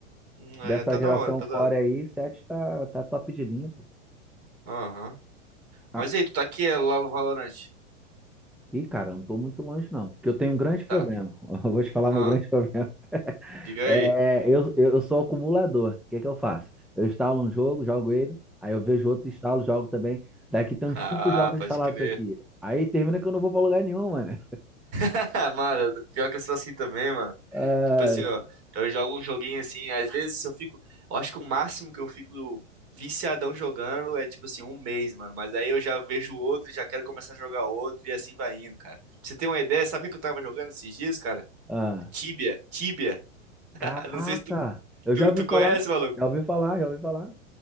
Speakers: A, on the right; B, in the centre.
A: Hum,
B: Dessa
A: É, tá da
B: geração
A: hora, tá da
B: Core
A: hora.
B: aí, 7 tá, tá top de linha, pô.
A: Aham. Mas
B: Ah,
A: e aí, tu tá aqui é, lá no Valorant?
B: e, cara, eu não tô muito longe, não. Porque eu tenho um grande problema.
A: Tá.
B: <laughs> Eu vou te falar
A: Ah,
B: meu grande problema.
A: diga aí.
B: É,
A: <laughs>
B: eu, eu, eu sou acumulador. O que que eu faço? Eu instalo um jogo, jogo ele, aí eu vejo outro, instalo, jogo também. Daqui tem
A: Ah,
B: uns cinco jogos
A: pode
B: instalados
A: crer.
B: aqui. Aí termina que eu não vou pra lugar nenhum, mano.
A: <laughs> Ah, mano, pior que eu sou assim também, mano.
B: Ai,
A: Tipo assim, ó, eu jogo um joguinho assim, às vezes eu fico. Eu acho que o máximo que eu fico viciadão jogando é tipo assim, um mês, mano. Mas aí eu já vejo outro, já quero começar a jogar outro, e assim vai indo, cara. Pra você ter uma ideia, sabe o que eu tava jogando esses dias, cara?
B: ah,
A: Tibia, Tibia. <laughs>
B: caraca!
A: Não sei se tu,
B: Eu
A: tu,
B: já ouvi
A: tu
B: falar,
A: conhece, maluco.
B: já ouvi falar, já ouvi falar.